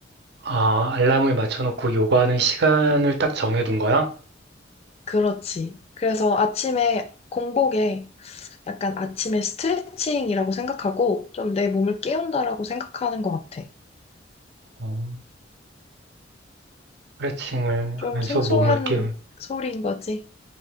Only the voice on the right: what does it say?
아, 알람을 맞춰놓고 요가하는 시간을 딱 정해둔 거야?
어, 스트레칭을
하면서
몸을 깨우